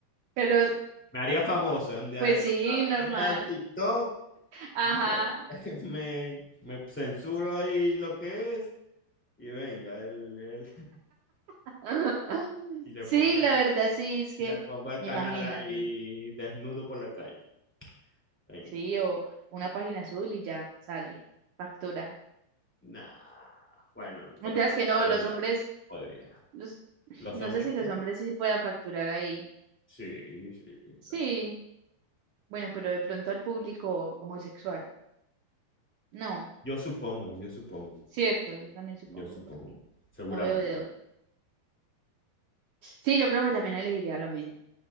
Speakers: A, on the right; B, in the centre.
A: Pero,
B: Me haría famoso. Un día
A: pues sí,
B: abriría
A: normal.
B: el TikTok,
A: Ajá.
B: <laughs> me, me censuro ahí lo que es y venga, el, el-
A: <laughs>
B: y le
A: Sí,
B: pongo al,
A: la verdad sí, es que,
B: y le pongo al
A: imagínate,
B: canal ahí desnudo por la calle. Venga.
A: sí, o una página azul y ya sale, factura.
B: Nah. Bueno, podría,
A: Mientras que no,
B: podría,
A: los hombres,
B: podría.
A: los,
B: ¿Los
A: no
B: hombres
A: sé si los
B: qué?
A: hombres sí puedan facturar ahí.
B: Sí, sí,
A: Sí,
B: claro.
A: bueno, pero de pronto al público homosexual. No,
B: Yo supongo, yo supongo,
A: cierto, yo también supongo,
B: yo supongo,
A: porque
B: seguramente.
A: no veo de otro. Sí, yo creo que también elegiría lo mismo.